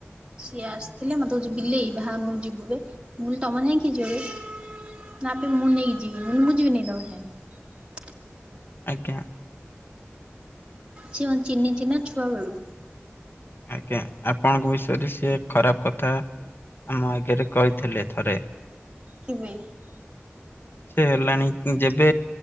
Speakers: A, on the right; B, on the left.
A: ସିଏ ଆସିଥିଲେ। ମତେ କହୁଚି ବିଲେଇ ବାହାରୁନୁ ଯିବୁ ବେ, ମୁଁ କହିଲି ତମ ସାଙ୍ଗେ କିଏ ଯିବ ବେ। ନା ବେ ମୁଁ ନେଇକି ଯିବି, ମୁଁ କହିଲି ମୁଁ ଯିବିନି ତମ ସାଙ୍ଗରେ।
B: ଆଜ୍ଞା।
A: ସିଏ ମତେ ଚିହ୍ନିଚି ନାଁ ଛୁଆ ବେଳୁ
B: ଆଜ୍ଞା ଆପଣଙ୍କ ବିଷୟରେ ସିଏ ଖରାପ କଥା ଆମ ଆଗରେ କହିଥିଲେ ଥରେ।
A: କେବେ?
B: ସିଏ ହେଲାଣି ଯେବେ